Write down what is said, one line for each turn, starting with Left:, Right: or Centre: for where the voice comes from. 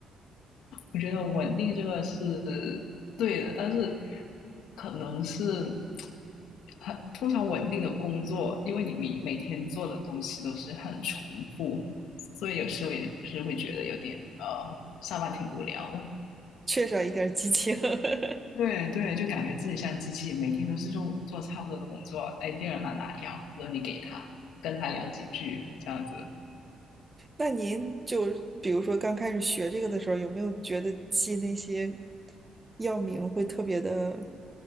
Left: 我觉得稳定这个是对的，但是可能是很通常稳定的工作，因为你每每天做的东西都是很重复，所以有时候也是会觉得有点呃上班挺无聊的。
Right: 缺少一点儿激情。<laughs>
Left: 对对，就感觉自己像机器，每天都是做做差不多的工作。哎，第二来哪里啊然后你给他，跟他聊几句，这样子。
Right: 那您就比如说刚开始学这个的时候，有没有觉得记那些药名会特别的、